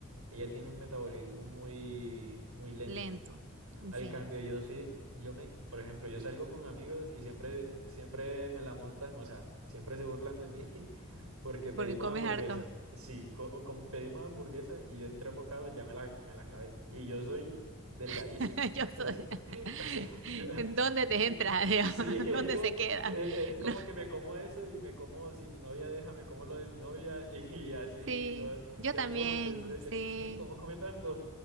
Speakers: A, on the right; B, on the right.
A: Ella tiene un metabolismo muy, muy lento.
B: Lento,
A: Al
B: sí,
A: cambio, yo sí, yo me, por ejemplo, yo salgo con amigos y siempre, siempre me la montan, o sea, siempre se burlan de mí <laughs> porque pedimos
B: porque comes
A: hamburguesa.
B: harto.
A: Sí, co- com- pedimos hamburguesa y yo en tres bocados ya me la, me la acabé. Y yo soy delgadísimo.
B: <laughs> Yo
A: <laughs> O
B: soy...
A: sea,
B: <laughs>
A: o sea, yo, <laughs>
B: ¿En dónde te entra? Dios?
A: sí,
B: <laughs>
A: es
B: ¿Dónde
A: como,
B: se
A: eh,
B: queda?
A: eh, es como
B: Lo-
A: que me como eso y me como, si mi novia deja, me como lo de mi novia y, y así
B: Sí,
A: y todo.
B: yo
A: Quedan
B: también,
A: como que, este,
B: sí.
A: este, ¿qué? ¿Cómo come tanto?